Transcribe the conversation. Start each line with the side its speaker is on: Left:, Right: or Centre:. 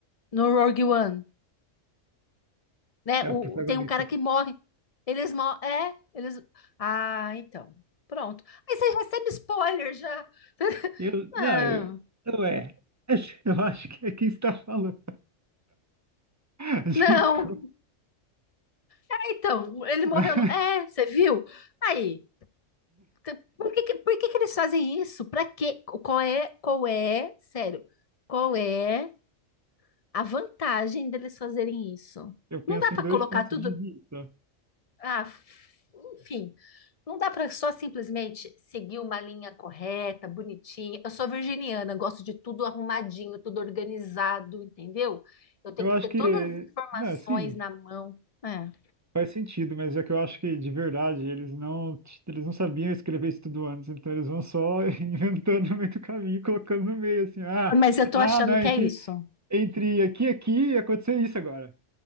Left: no Rogue One, né?
Right: É
Left: O,
Right: o protagonista.
Left: tem um cara que morre. Eles morrem. É, eles. Ah, então. Pronto. Aí você recebe spoiler já. <laughs>
Right: Eu,
Left: Não,
Right: não, eu, eu é. <laughs> Eu acho que é quem está falando. <laughs>
Left: não.
Right: Desculpa.
Left: É, então, ele
Right: <laughs>
Left: morreu no. É, você viu? Aí. Então, Por que que, por que que eles fazem isso? para quê? Qual é, qual é, sério, qual é a vantagem deles fazerem isso?
Right: Eu penso
Left: Não dá para
Right: em dois
Left: colocar
Right: pontos
Left: tudo,
Right: de vista.
Left: ah, f- enfim, não dá para só simplesmente seguir uma linha correta, bonitinha. Eu sou virginiana, gosto de tudo arrumadinho, tudo organizado, entendeu? Eu tenho
Right: Eu
Left: que
Right: acho
Left: ter
Right: que,
Left: todas as informações
Right: não, sim,
Left: na mão. É.
Right: faz sentido, mas é que eu acho que de verdade eles não, eles não sabiam escrever isso tudo antes, então eles vão só <laughs> inventando no meio do caminho, e colocando no meio assim, ah,
Left: Mas eu tô
Right: ah,
Left: achando
Right: não,
Left: que
Right: entre,
Left: é isso.
Right: entre aqui e aqui aconteceu isso agora.